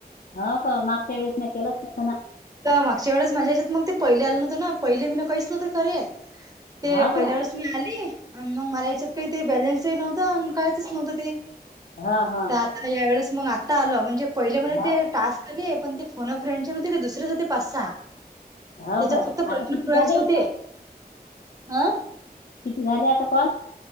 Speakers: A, on the left; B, on the right.
A: हव का? मागच्या वेळेस म्या केलंच नवत ना.
B: तेव्हा मागच्या वेळेस माझ्या हच्यात मग ते पहिले आलं नव्हत ना. पहिले मी ना काहीच नवतं करेल. ते
A: हो
B: पहिल्या
A: का
B: वेळेस मी आली. आणि मग मला याच्यात काही ते बॅलेन्सही नव्हतं. आणि कायचच नव्हतं ते.
A: हा हा.
B: तर या वेळेस मग आता आलं. म्हणजे पहिले म्हणजे
A: हो
B: ते टास्क केले. पण ते फोन अ फ्रेडचे नवते ते दुसर रेच होते पाच- सहा.
A: हो
B: त्याच्यात
A: का हो का
B: फक्त प्रश्न
A: आता किती
B: सडायचे
A: झाले मग
B: होते. ह.
A: किती झाले आता कॉल?